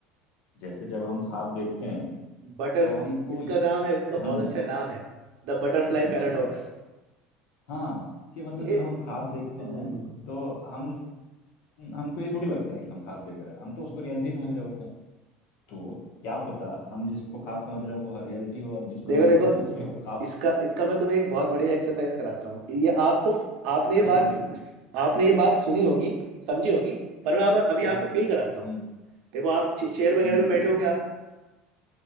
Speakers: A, on the left (about 75°); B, on the right (about 65°).
A: जैसे जब हम ख्वाब देखते हैं
B: बटर
A: तो हमको
B: इसका
A: ये
B: नाम है इसका बहुत
A: हम
B: अच्छा नाम है द बटरफ्लाई
A: अच्छा
B: पैराडॉक्स
A: हाँ कि मतलब
B: ये
A: जब हम ख्वाब देखते
B: हम्म,
A: हैं तो हम हमको ये थोड़ी लगता है कि हम ख्वाब देख रहे हैं हम तो उसको रियलिटी समझ रहे होते हैं तो क्या पता हम जिसको ख्वाब समझ रहे हैं वो रियलिटी हो और जिसको
B: देखो
A: रियलिटी
B: देखो
A: <laughs> समझ रहे हैं वो ख्वाब
B: इसका इसका मैं तुम्हें एक बहुत बढ़िया एक्सरसाइज कराता हूँ ये आपको आपने ये
A: अरे
B: बात
A: बिल्कुल बिल्कुल।
B: आपने ये बात सुनी होगी समझी होगी पर मैं अब अभी
A: हाँ
B: आपको
A: हाँ
B: फील कराता हूँ
A: हम्म
B: देखो आप चेयर वगैरह
A: हम्म
B: पे
A: बिल्कुल
B: बैठे होंगे
A: बिल्कुल।
B: आप